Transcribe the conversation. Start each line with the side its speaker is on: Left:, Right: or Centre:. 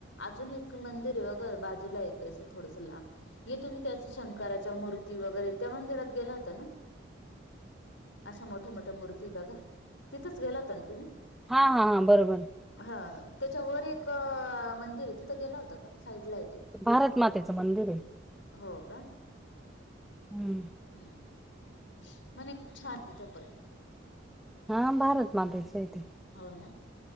Left: अजून एक मंदिर आहे बघ बाजूला येते असं थोडस लांब येतु मी ते असं शंकर चा मूर्ती वगैरे त्या मंदिरात गेला होता ना? अशा मोठ-मोठ त्या‌ मूर्ती बघा, तिथंच गेला होता ना तुम्ही?
Centre: हा हा हा, बरोबर.
Left: हा, त्याच्या वर एक मंदिर आहे, तिथं होता का? साईड ला आहे ते.
Centre: भारत मातेचं मंदिर आहे.
Left: हो का?
Centre: हम्म.
Left: हम्म ह म्हण छान आहे तीत पण.
Centre: हा, भारत मातेच्या ते.
Left: हो ना.